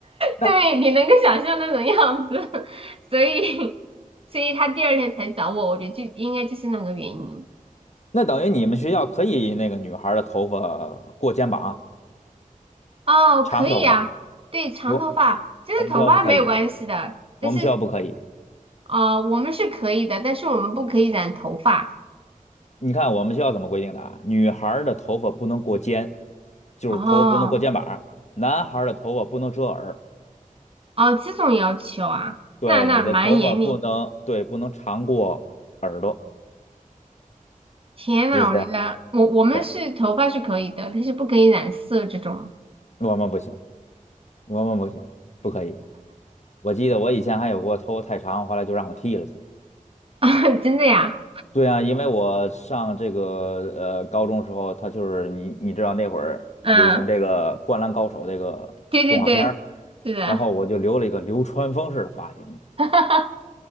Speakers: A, on the left; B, on the right.
A: 那
B: 对，你能够想象那种样子，<laughs> 所以，所以他第二天才找我，我觉得就应该就是那个原因。
A: 那等于你们学校可以那个女孩儿的头发过肩膀，
B: 哦，
A: 长头发，
B: 可以啊，对，长头发，
A: 我
B: 就是头发没有关系的，
A: 我们学校不可以，
B: 但是，
A: 我们学校不可以。
B: 呃，我们是可以的，但是我们不可以染头发。
A: 你看我们学校怎么规定的啊？女孩儿的头发不能过肩，就是头发不能过肩膀；
B: 哦，
A: 男孩儿的头发不能遮耳。
B: 哦，这种要求啊，
A: 对，
B: 那那蛮严厉。
A: 你的头发不能，对，不能长过耳朵，
B: 天呐，
A: 就是这样。
B: 我觉得我我们是头发是可以的，
A: 对，
B: 但是不可以染色这种。
A: 我们不行，我们不行，不可以。我记得我以前还有过头发太长，后来就让我剃了去的
B: <laughs> 真的呀？
A: 对啊，因为我上这个呃高中时候，他就是你你知道那会儿流行这个《灌篮高手》这个动画片儿，
B: 嗯，对对对，是的。
A: 然后我就留了一个流川枫式的发型。
B: <laughs>